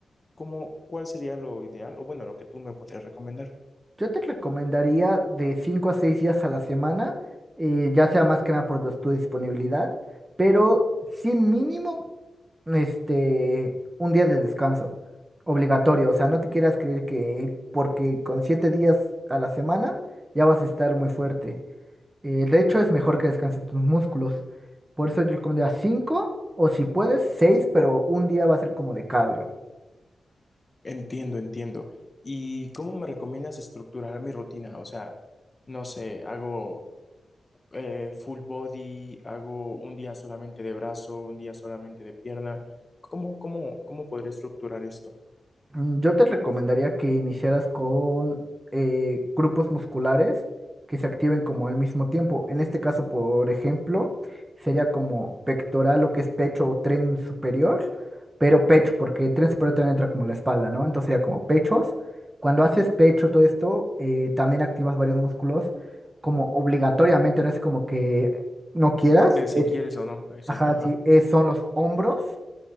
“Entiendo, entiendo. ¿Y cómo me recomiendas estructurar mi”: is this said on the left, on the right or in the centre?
Left